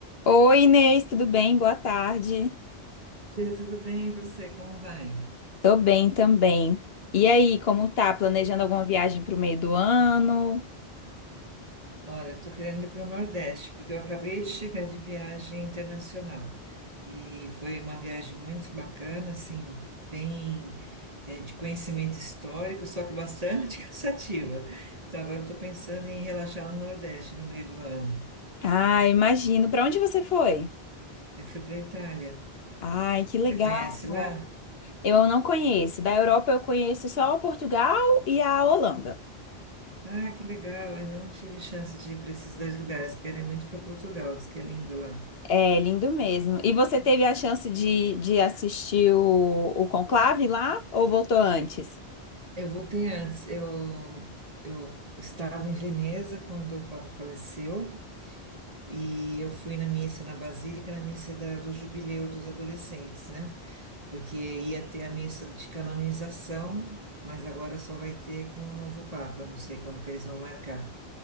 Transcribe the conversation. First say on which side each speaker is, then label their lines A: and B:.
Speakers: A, on the left (about 70°); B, on the right (about 40°).
A: Oi, Inês, tudo bem? Boa tarde.
B: Tia, tudo bem? E você, como vai?
A: Tô bem também. E aí, como tá? Planejando alguma viagem pro meio do ano?
B: Olha, estou querendo ir para o Nordeste, porque eu acabei de chegar de viagem internacional. E foi uma viagem muito bacana, assim, bem, eh, de conhecimento histórico, só que bastante <laughs> cansativa. Então, agora estou pensando em relaxar no Nordeste no meio do ano.
A: Ah, imagino. Pra onde você foi?
B: Eu fui para a Itália.
A: Ai, que legal.
B: Você conhece lá?
A: Eu não conheço. Da Europa eu conheço só Portugal e a Holanda.
B: Ah, que legal! Ainda não tive chance de ir para esses dois lugares. Quero ir muito para Portugal, diz que é lindo lá.
A: É, lindo mesmo. E você teve a chance de, de assistir o, o Conclave lá ou voltou antes?
B: Eu voltei antes. Eu, eu estava em Veneza quando o Papa faleceu e eu fui na missa na Basílica, na missa da- do Jubileu dos adolescentes, né? Porque ia ter a missa de canonização, mas agora só vai ter com o novo Papa. Não sei quando que eles vão marcar.